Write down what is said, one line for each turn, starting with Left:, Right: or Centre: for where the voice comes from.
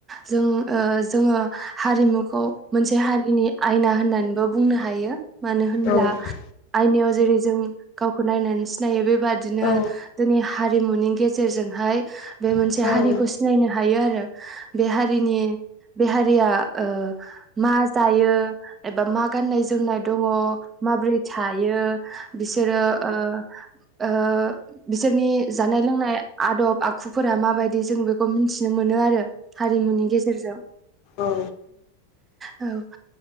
Right: जों ओ जोङो हारिमुखौ मोनसे हारिनि आयना होननानैबो बुंनो हायो। मानो होनब्ला
Left: औ औ
Right: आयनायाव जेरै जों गावखौ नायनानै सिनायो बेबादिनो
Left: औ
Right: जोंनि हारिमुनि गेजेरजोंहाय बे मोनसे
Left: औ
Right: हारिखौ सिनायनो हायो आरो। बे हारिनि बे हारिया ओ मा जायो एबा मा गाननाय जोमनाय दङ माब्रै थायो बिसोरो ओ ओ बिसोरनि जानाय लोंनाय आदब आखुफोरा माबायदि जों बेखौ मिन्थिनो मोनो आरो हारिमुनि गेजेरजों‌
Left: औ।
Right: औ,